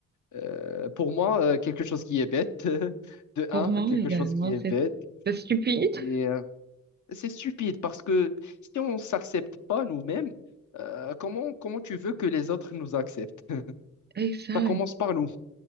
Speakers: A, on the left; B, on the right.
A: euh, pour moi, euh, quelque chose qui est bête, <laughs> de
B: Pour
A: un,
B: moi
A: quelque
B: également,
A: chose qui est
B: c'est
A: bête,
B: c'est stupide.
A: et euh, c'est stupide parce que si on ne s'accepte pas nous-mêmes, euh, comment, comment tu veux que les autres nous acceptent? <laughs>
B: Et ça,
A: Ça commence par nous.